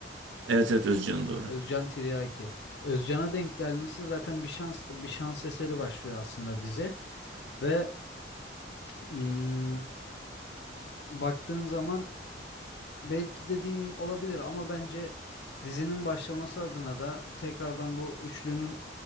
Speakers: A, on the right (about 85°); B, on the left (about 65°).
A: Evet evet Özcan doğru.
B: Özcan Tiryaki. Özcan'a denk gelmesi zaten bir şanstı bir şans eseri başlıyor aslında dizi. Ve mm, baktığın zaman belki dediğin olabilir ama bence dizinin başlaması adına da tekrardan bu üçlünün